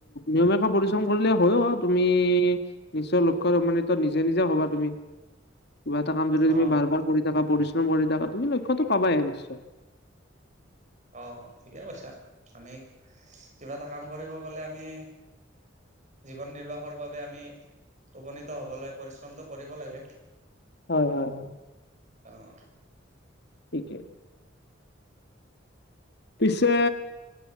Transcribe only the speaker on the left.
নীয়মাকৈ পৰিশ্ৰম কৰিলে হয় অ' তুমি নিশ্চয় লক্ষ্যত মানিত নিজে নিজে হবা তুমি। কিবা এটা কাম
যদি তুমি বাৰ বাৰ কৰি থাকা, পৰিশ্ৰম কৰি থাকা, তুমি লক্ষ্যতো পাবাই নিশ্চয়।
হয় হয়। হয়
ঠিকে। পিছে